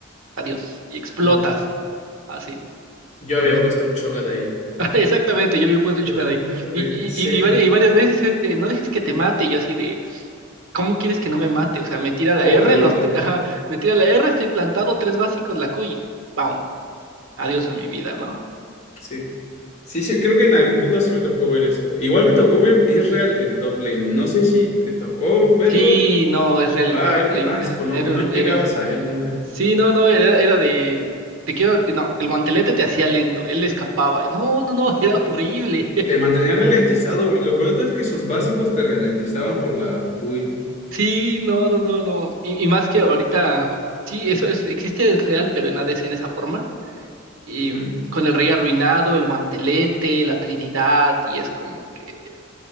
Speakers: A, on the right; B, on the left.
A: adiós, y explotas,
B: Ay, Dios.
A: así,
B: Yo
A: te
B: había
A: lo juro.
B: puesto un Chogat ahí.
A: <laughs> Exactamente, yo había puesto un
B: <laughs>
A: Cho'Gath ahí. Y, y,
B: Sí.
A: y, y varias, y varias veces es de, no dejes que te mate, y yo así de, ¿cómo quieres que no me mate? O sea, me tira la
B: ¿Cómo
A: R,
B: lo evito?
A: los, tre- ajá, me tira la R, estoy plantado, tres básicos, la Q, y ¡pam! Adiós a mi vida, ¿no?
B: Sí. Sí, sí, creo que en algún punto sí me tocó ver eso. Igual me tocó ver real en top lane. No sé si te tocó verlo.
A: Sí, no, es real
B: Ah,
A: en top
B: era
A: lane.
B: un asco,
A: Ah,
B: no,
A: Era
B: no
A: un,
B: llegabas
A: era un-
B: a él nunca.
A: Sí, no, no, era, era de. Te quiero. No, el guantelete te hacía lento, él escapaba. No, no, no, <laughs> era horrible.
B: Te mantenía ralentizado y lo peor es que sus básicos te ralentizaban por la build.
A: Sí, no, no, no, no. Y, y más que ahorita. Sí, eso es, existe, es real, pero en ADC en esa forma. Y
B: Ujú.
A: con el rey arruinado, el guantelete, la Trinidad, y es como que.